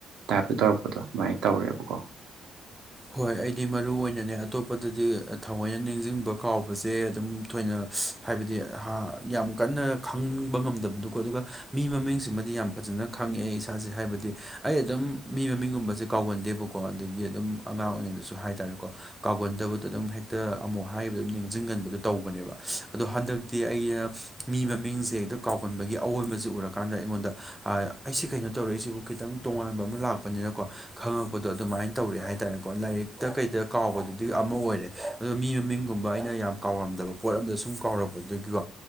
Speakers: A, on the right; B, in the centre.
A: ꯇꯥꯏꯞꯇ ꯇꯧꯔꯛꯄꯗꯣ ꯑꯗꯨꯃꯥꯏꯅ ꯇꯧꯔꯦꯕꯀꯣ
B: ꯍꯣꯏ ꯑꯩꯗꯤ ꯃꯔꯨ ꯑꯣꯏꯅꯅꯦ ꯑꯇꯣꯞꯄꯗꯗꯤ ꯊꯑꯣꯏꯅ ꯅꯤꯡꯖꯤꯡꯕ ꯀꯥꯎꯕꯁꯦ ꯑꯗꯨꯝ ꯊꯣꯏꯅ ꯍꯥꯏꯕꯗꯤ ꯍꯥ ꯌꯥꯝ ꯀꯟꯅ ꯈꯪꯕ ꯉꯝꯗꯕꯗꯨꯀꯣ ꯑꯗꯨꯒ ꯃꯤ ꯃꯃꯤꯡꯁꯤꯃꯗꯤ ꯌꯥꯝ ꯐꯖꯅ ꯈꯪꯉꯛꯑꯦ ꯏꯁꯥꯁꯦ ꯍꯥꯏꯕꯗꯤ ꯑꯩ ꯑꯗꯨꯝ ꯃꯤ ꯃꯃꯤꯡꯒꯨꯝꯕꯁꯦ ꯀꯥꯎꯒꯟꯗꯦꯕꯀꯣ ꯑꯗꯒꯤ ꯑꯗꯨꯝ ꯑꯉꯥꯡ ꯑꯣꯏꯔꯤꯉꯩꯗꯁꯨ ꯍꯥꯏꯇꯥꯔꯦꯀꯣ ꯀꯥꯎꯒꯟꯗꯕꯗ ꯑꯗꯨꯝ ꯍꯦꯛꯇ ꯑꯃꯨꯛ ꯍꯥꯏꯕ ꯑꯗꯨꯝ ꯅꯤꯡꯁꯤꯡꯒꯟꯕꯗꯣ ꯇꯧꯕꯅꯦꯕ ꯑꯗꯣ ꯍꯟꯗꯛꯇꯤ ꯑꯩꯒꯤ ꯃꯤ ꯃꯃꯤꯡꯁꯦ ꯍꯦꯛꯇ ꯀꯥꯎꯒꯟꯕꯒꯤ ꯑꯑꯣꯟꯕꯁꯦ ꯎꯔꯀꯥꯟꯗ ꯑꯩꯉꯣꯟꯗ ꯑꯩꯁꯤ ꯀꯩꯅꯣ ꯇꯧꯔꯛꯏꯁꯤꯕꯨ ꯈꯤꯇꯪ ꯇꯣꯉꯥꯟꯕ ꯑꯃ ꯂꯥꯛꯄꯅꯤꯅꯀꯣ ꯈꯪꯉꯛꯄꯗꯣ ꯑꯗꯨꯃꯥꯏꯅ ꯇꯧꯔꯛꯑꯦ ꯍꯥꯏꯇꯥꯔꯦ ꯀꯣ ꯂꯥꯏꯔꯤꯛꯇ ꯀꯩꯗ ꯀꯥꯎꯕꯗꯨꯗꯤ ꯑꯃ ꯑꯣꯏꯔꯦ ꯑꯗꯣ ꯃꯤ ꯃꯃꯤꯡꯒꯨꯝꯕ ꯑꯩꯅ ꯌꯥꯝ ꯀꯥꯎꯔꯝꯗꯕ ꯄꯣꯠ ꯑꯝꯗ ꯁꯨꯝ ꯀꯥꯎꯔꯛꯄꯗꯨꯒꯤꯀꯣ